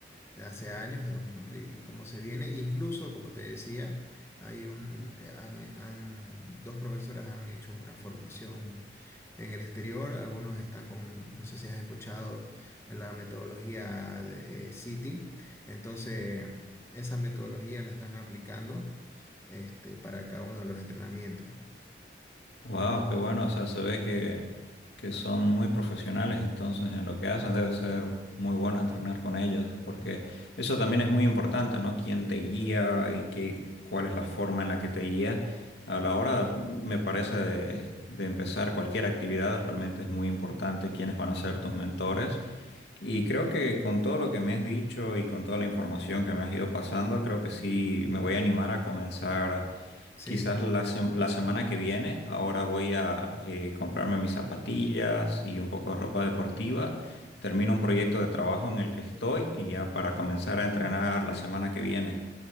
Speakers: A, on the left; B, on the left.
A: de hace años, digamos, ¿no? Y, y cómo se viene. Incluso, como te decía, hay un, eh, han, han- dos profesoras han hecho una formación en el exterior. Algunos están con, no sé si has escuchado la metodología de City. Entonces, esa metodología la están aplicando, este, para cada uno de los entrenamientos.
B: Wow, qué bueno. O sea, se ve que, que son muy profesionales entonces en lo que hacen. Debe ser muy bueno entrenar con ellos, porque eso también es muy importante, ¿no? Quién te guía y qué, cuál es la forma en la que te guía. A la hora, me parece, de, de empezar cualquier actividad, realmente es muy importante quiénes van a ser tus mentores. Y creo que con todo lo que me has dicho y con toda la información que me has ido pasando, creo que sí me voy a animar a comenzar.
A: Sí,
B: Quizás la, sem- la semana que viene, ahora voy a eh, comprarme mis zapatillas y un poco de ropa deportiva. Termino un proyecto de trabajo en el que estoy y ya para comenzar a entrenar la semana que viene.